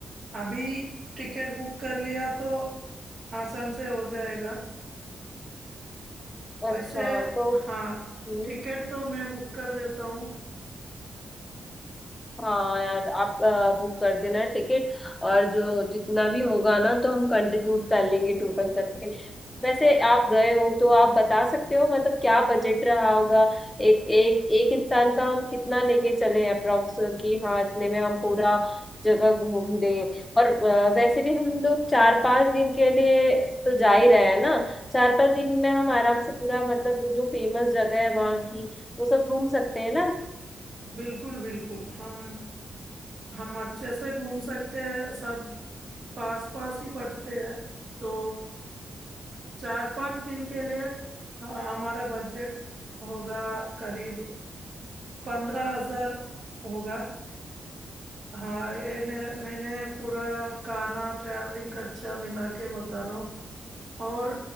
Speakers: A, on the right (about 50°); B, on the left (about 15°).
A: अभी टिकट बुक कर लिया तो आसान से हो जाएगा वैसे
B: अच्छा तो
A: हाँ
B: हम्म,
A: टिकट तो मैं बुक कर देता हूँ
B: हाँ यार आप बुक कर देना टिकट और जो जितना भी होगा ना तो हम कंट्रीब्यूट कर लेंगे टोटल करके वैसे आप गए हो तो आप बता सकते हो मतलब क्या बजट रहा होगा एक एक एक इंसान का हम कितना लेके चले अप्रोक्स कि हाँ इतने में हम पूरा जगह घूम लें और अ, वैसे भी हम लोग चार पांच दिन के लिए तो जा ही रहे हैं ना चार पांच दिन में हम आराम से पूरा मतलब जो फेमस जगह है वहाँ की वो सब घूम सकते हैं ना
A: बिल्कुल बिल्कुल हम हम अच्छे से घूम सकते हैं सब पास पास ही पड़ते हैं तो चार पांच दिन के लिए हाँ, हमारा बजट होगा करीब पंद्रह हजार होगा हाँ ये मेरा मैंने पूरा खाना ट्रैवलिंग खर्चा मिला के बता रहा हूँ और